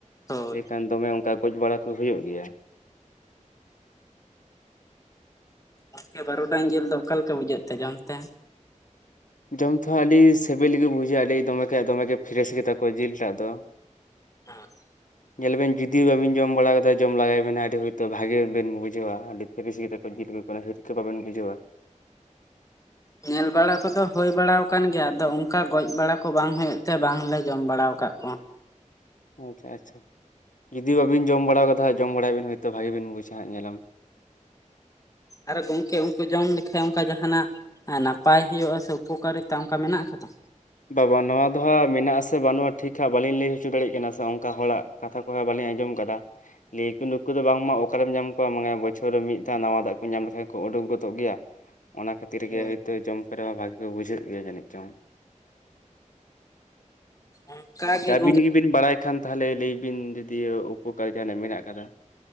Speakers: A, on the left (about 25°); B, on the left (about 80°).
A: ᱦᱳᱭ
B: ᱤᱱᱟᱹᱠᱷᱟᱱ ᱫᱚᱢᱮ ᱚᱱᱠᱟ ᱜᱚᱡ ᱵᱟᱲᱟ ᱠᱚ ᱦᱩᱭᱩᱜ ᱜᱮᱭᱟ ᱾
A: ᱜᱚᱢᱠᱮ ᱵᱟᱨᱩᱰᱟᱝ ᱡᱤᱞ ᱫᱚ ᱚᱠᱟᱞᱮ ᱞᱮᱠᱟ ᱵᱩᱡᱷᱟᱹᱜ ᱛᱮ ᱡᱚᱢ ᱛᱮ?
B: ᱡᱚᱢ ᱛᱮᱦᱚᱸ ᱟᱹᱰᱤ ᱥᱤᱵᱤᱞ ᱜᱮ ᱵᱩᱡᱷᱟᱹᱜᱼᱟ ᱞᱟᱹᱭ ᱫᱚᱢᱮ ᱠᱷᱟᱡ ᱫᱚᱢᱮ ᱜᱮ ᱯᱷᱨᱮᱥ ᱜᱮᱛᱟ ᱠᱚᱣᱟ ᱡᱤᱞ ᱴᱟᱜ ᱫᱚ ᱾
A: ᱦᱟᱸ ᱾
B: ᱧᱮᱞ ᱵᱮᱱ ᱡᱩᱫᱤᱭᱳ ᱵᱟᱹᱵᱤᱱ ᱡᱚᱢ ᱵᱟᱲᱟ ᱠᱟᱫᱟ ᱡᱚᱢ ᱞᱮᱜᱟᱭ ᱵᱤᱱ ᱟᱹᱰᱤ ᱦᱳᱭᱛᱳ ᱵᱷᱟᱜᱤ ᱵᱤᱱ ᱵᱩᱡᱷᱟᱹᱣᱟ ᱟᱹᱰᱤ ᱯᱷᱮᱨᱮᱥ ᱜᱮᱛᱟ ᱠᱚᱣᱟ ᱡᱤᱞ ᱠᱚ ᱠᱚᱱᱳ ᱦᱤᱨᱠᱟᱹ ᱵᱟᱵᱮᱱ ᱵᱩᱡᱷᱟᱹᱣᱟ ᱾
A: ᱧᱮᱞ ᱵᱟᱲᱟ ᱠᱚᱫᱚ ᱦᱩᱭ ᱵᱟᱲᱟ ᱟᱠᱟᱱ ᱜᱮᱭᱟ ᱟᱫᱚ ᱚᱱᱠᱟ ᱜᱚᱡ ᱵᱟᱲᱟ ᱠᱚ ᱵᱟᱝ ᱦᱩᱭᱩᱜ ᱛᱮ ᱵᱟᱝᱞᱮ ᱡᱚᱢ ᱵᱟᱲᱟ ᱟᱠᱟᱫ ᱠᱚᱣᱟ ᱾
B: ᱟᱪᱪᱷᱟ ᱟᱪᱪᱷᱟ, ᱡᱩᱫᱤ ᱵᱟᱵᱤᱱ ᱡᱚᱢ ᱵᱟᱲᱟ ᱠᱟᱫᱟ ᱦᱟᱸᱜ ᱡᱚᱢ ᱵᱟᱲᱟᱭ ᱵᱤᱱ ᱦᱳᱭᱛᱳ ᱵᱷᱟᱜᱤ ᱵᱤᱱ ᱵᱩᱡᱟ ᱦᱟᱸᱜ ᱧᱮᱞᱟᱢ ᱾
A: ᱟᱨ ᱜᱚᱝᱠᱮ ᱩᱱᱠᱩ ᱡᱚᱢ ᱞᱮᱠᱷᱟᱡ ᱚᱱᱠᱟ ᱡᱟᱦᱟᱱᱟᱜ ᱟᱨ ᱱᱟᱯᱟᱭ ᱦᱩᱭᱩᱜᱼᱟ, ᱥᱮ ᱩᱯᱚᱠᱟᱨᱤᱛᱟ ᱚᱱᱠᱟ ᱢᱮᱱᱟᱜ ᱟᱠᱟᱫᱟ?
B: ᱵᱟ-ᱵᱟ ᱱᱚᱣᱟ ᱫᱚ ᱦᱟᱸᱜ ᱢᱮᱱᱟᱜ ᱟᱥᱮ ᱵᱟᱹᱱᱩᱜᱼᱟ ᱴᱷᱤᱠ ᱦᱟᱸᱜ ᱵᱟᱹᱞᱤᱧ ᱞᱟᱹᱭ ᱦᱚᱪᱚ ᱫᱟᱲᱮᱜ ᱠᱟᱱᱟ ᱥᱮ ᱚᱱᱠᱟ ᱦᱚᱲᱟᱜ ᱠᱟᱛᱷᱟ ᱠᱚᱦᱚᱸ ᱵᱟᱞᱤᱧ ᱟᱸᱡᱚᱢ ᱟᱠᱟᱫᱟ ᱾ ᱞᱟᱹᱭ ᱠᱚ ᱱᱩᱠᱩ ᱫᱚ ᱵᱟᱝᱢᱟ ᱚᱠᱟᱨᱮᱢ ᱧᱟᱢ ᱠᱚᱣᱟ ᱢᱟᱱᱮ ᱵᱚᱪᱷᱚᱨ ᱨᱮ ᱢᱤᱫ ᱫᱷᱟᱣ ᱱᱟᱣᱟ ᱫᱟᱜ ᱠᱚ ᱧᱟᱢ ᱞᱮᱠᱷᱟᱡ ᱠᱚ ᱩᱰᱩᱠ ᱜᱚᱫᱚᱜ ᱜᱮᱭᱟ ᱾ ᱚᱱᱟ ᱠᱷᱟᱹᱛᱤᱨ
A: ᱦᱳᱭ
B: ᱜᱮ ᱦᱳᱭᱛᱳ ᱡᱚᱢ ᱠᱚᱨᱮ ᱦᱚᱸ ᱵᱷᱟᱜᱤ ᱠᱚ ᱵᱩᱡᱷᱟᱹᱜ ᱜᱮᱭᱟ ᱡᱟᱹᱱᱤᱡ ᱪᱚᱝ?
A: ᱚᱱᱠᱟ
B: ᱦᱮᱸᱛᱚ
A: ᱜᱮ
B: ᱟᱹᱵᱤᱱ
A: ᱜᱚᱝᱠᱮ
B: ᱜᱮᱵᱤᱱ ᱵᱟᱲᱟᱭ ᱠᱷᱟᱱ ᱛᱟᱦᱚᱞᱮ ᱞᱟᱹᱭ ᱵᱤᱱ ᱡᱚᱫᱤᱭᱚ ᱩᱯᱚᱠᱟᱨᱤ ᱡᱟᱦᱟᱱᱟᱜ ᱢᱮᱱᱟᱜ ᱟᱠᱟᱫᱟ ᱾